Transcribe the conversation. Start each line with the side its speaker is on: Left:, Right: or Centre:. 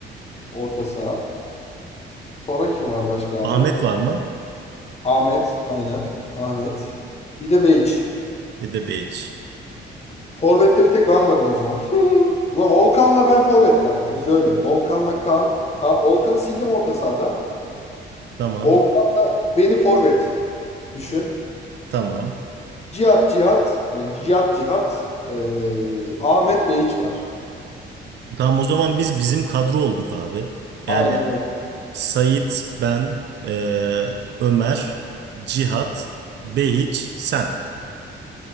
Left: orta saha. Sonra kim var başka abi?
Right: Ahmet var mı?
Left: Ahmet aynen. Ahmet. Bir de Beyç.
Right: Bir de Beyiç.
Left: Forvet'te bir tek ben varım o zaman. <laughs> Ulan Volkan'la ben forvet kanka. Biz öyle. Volkan'la Kaan. Ka Volkan'ı sildim orta sahadan.
Right: Tamam.
Left: Volkan'la beni forvet düşün.
Right: Tamam.
Left: Cihat Cihat, yani Cihat Cihat, eee, Ahmet Behiç var.
Right: Tamam o zaman biz bizim kadro olduk abi.
Left: Aynen
Right: Yani
Left: öyle.
Right: Sait, ben, eee, Ömer, Cihat, Behiç, sen.